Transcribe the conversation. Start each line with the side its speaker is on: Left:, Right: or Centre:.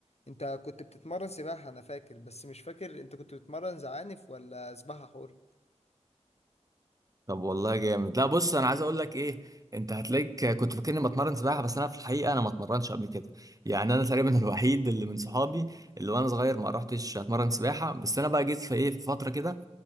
Left: أنت كنت بتتمرن سباحة أنا فاكر بس مش فاكر أنت كنت بتتمرن زعانف ولا سباحة حر
Right: طب والله جامد لا بص انا عايز اقول لك ايه انت هتلاقيك كنت فاكرني بتمرن سباحه بس انا في الحقيقه انا ما اتمرنش قبل كده يعني انا تقريبا <laughs> الوحيد اللي من صحابي اللي وانا صغير ما رحتش اتمرن سباحه بس انا بقى جيت في ايه في فتره كده